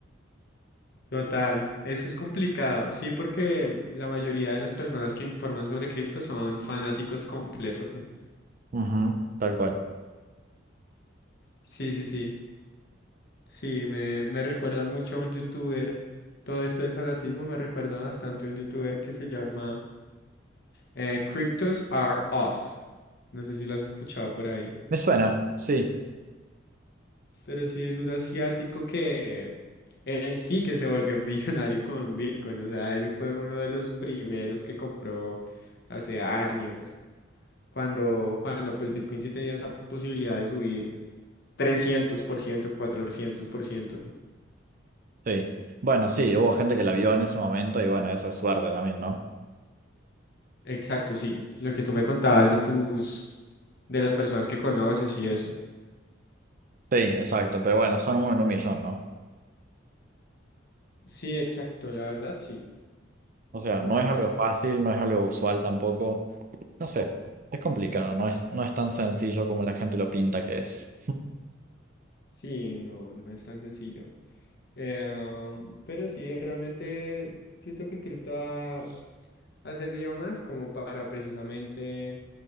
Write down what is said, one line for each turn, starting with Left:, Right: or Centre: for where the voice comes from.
Left: Total, eso es complicado. Sí, porque la mayoría de las personas que informan sobre cripto son fanáticos completos. <laughs>
Right: Ujú, tal cual.
Left: Sí, sí, sí. Sí, me, me recuerda mucho a un youtuber. Todo esto del fanatismo me recuerda bastante a un youtuber que se llama eh, Cryptos Are Us. No sé si lo has escuchado por ahí.
Right: Me suena, sí,
Left: Pero sí es un asiático que él sí que se volvió <laughs> millonario con Bitcoin. O sea, él fue uno de los primeros que compró hace años. Cuando, cuando pues Bitcoin sí tenía esa posibilidad de subir trescientos por ciento cuatrocientos por ciento
Right: sí. Bueno, sí, hubo gente que la vio en ese momento y bueno, eso es suerte también, ¿no?
Left: Exacto, sí. Lo que tú me contabas de tus, de las personas que conoces y eso.
Right: Sí, exacto, pero bueno, son uno en un millón, ¿no?
Left: Sí, exacto, la verdad, sí.
Right: O sea,
Left: Y
Right: no
Left: pues
Right: es algo
Left: bueno,
Right: fácil, no es algo usual tampoco. No sé, es complicado, no es, no es tan sencillo como la gente lo pinta que es.
Left: sí, no, no es tan sencillo. Eh, pero sí, realmente siento que cripto ha, ha servido más como para precisamente